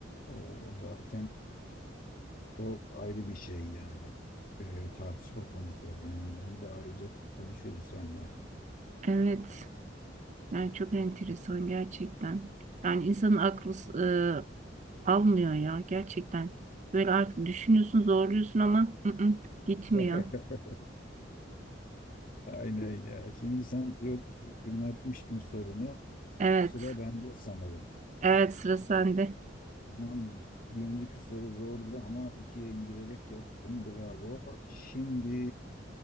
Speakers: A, on the left (about 50°); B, on the right (about 40°).
A: O zaten o ayrı bir şey yani. Ee, tartışma konusu yani onu da ayrıca konuşuruz seninle.
B: Evet. Yani çok enteresan gerçekten. Yani insanın aklı e, almıyor ya gerçekten. Böyle artık düşünüyorsun, zorluyorsun ama ı ı, gitmiyor.
A: <laughs> Aynen ya. Şimdi sen sor- yöneltmiştin sorunu.
B: Evet.
A: Sıra bende sanırım.
B: Evet sıra sende.
A: Tamam, bir önceki soru zordu ama ikiye indirerek yaptım. Bravo. Şimdi